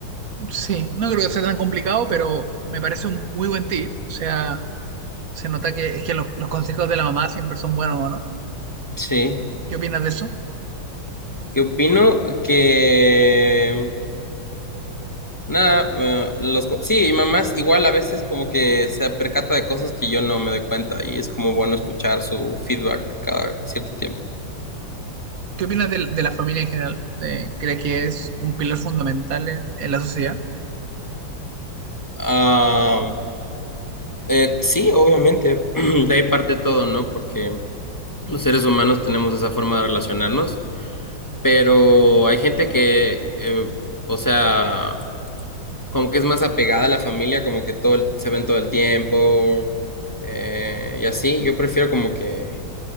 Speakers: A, on the right; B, on the left.
A: Sí, no creo que sea tan complicado, pero me parece un muy buen tip. O sea, se nota que es que lo- los consejos de la mamá siempre son buenos, ¿o ¿no?
B: Sí.
A: ¿Qué opinas de eso?
B: que opino que nada, eh, los co- sí, y mamás igual a veces como que se percata de cosas que yo no me doy cuenta y es como bueno escuchar su feedback cada cierto tiempo.
A: ¿Qué opinas de, de la familia en general? De- ¿crees que es un pilar fundamental en, en la sociedad?
B: Ah, eh, sí, obviamente, <clears throat> de ahí parte todo, ¿no? Porque los seres humanos tenemos esa forma de relacionarnos, pero hay gente que, eh, o sea, como que es más apegada a la familia, como que todo el- se ven todo el tiempo eh, y así. Yo prefiero como que